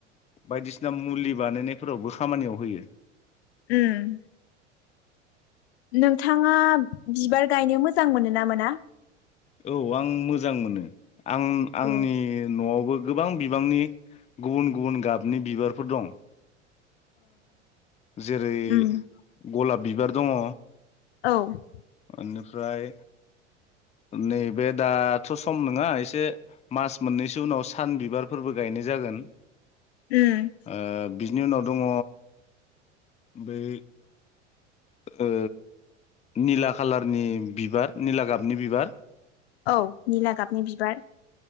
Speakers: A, on the left; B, on the left.
A: बायदिसिना मुलि बानायनायफोरावबो खामानियाव होयो ।
B: उम नोंथाङा बिबार गायनो मोजां मोनो ना मोना?
A: औ आं मोजां मोजां मोनो आं
B: अ
A: आंनि न'आवबो गोबां बिबांनि गुबुन गुबुन गाबनि बिबारफोर दं । जेरै
B: उम
A: गलाब बिबार दङ'
B: औ ।
A: ओनिफ्राय नैबे दाथ' सम नङा एसे मास मोननैसो उनाव सान बिबारफोरबो गायनाय जागोन ।
B: उम
A: ओ बिनि उनाव दङ' बै ओ निला खालारनि बिबार निला गाबनि बिबार ।
B: औ निला गाबनि बिबार ।